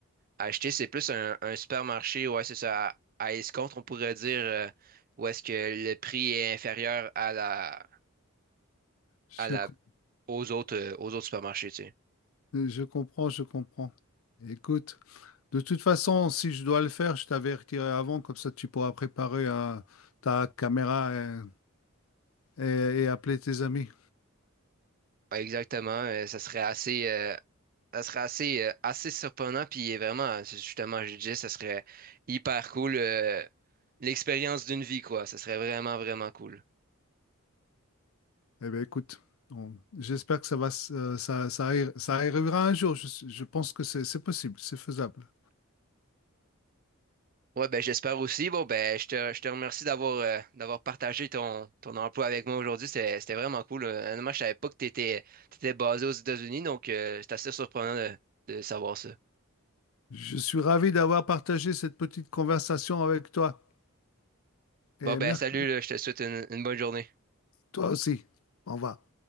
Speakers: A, on the right (about 40°); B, on the left (about 70°).
A: acheter. C'est plus un, un supermarché, ouais, c'est ça, à, à escompte, on pourrait dire, euh, où est-ce que le prix est inférieur à la,
B: Je,
A: à la,
B: com-
A: aux autres, euh, aux autres supermarchés, tu sais.
B: je comprends, je comprends. Écoute, de toute façon, si je dois le faire, je t'avertirai avant, comme ça tu pourras préparer euh, ta caméra et, et- et appeler tes amis.
A: Ouais, Exactement, euh, ça serait assez, euh, Ça serait assez, euh, assez surprenant, puis vraiment, c'est justement, je disais ça serait hyper cool. euh, l'expérience d'une vie, quoi. Ça serait vraiment, vraiment cool.
B: Eh bien, écoute, on- j'espère que ça va, s- euh, ça, ça, arri- ça arrivera un jour. Je, je pense que c'est c'est possible, c'est faisable.
A: Ouais, ben j'espère aussi. Bon, ben je te, je te remercie d'avoir euh, d'avoir partagé ton, ton emploi avec moi aujourd'hui. C'était, c'était vraiment cool. Euh, Honnêtement, je savais pas que t'étais, t'étais basé aux États-Unis, donc euh, c'est assez surprenant de, de savoir ça.
B: Je suis ravi d'avoir partagé cette petite conversation avec toi et
A: Bon, ben
B: merci
A: salut, là, je te souhaite une une bonne journée.
B: Toi aussi. Au revoir.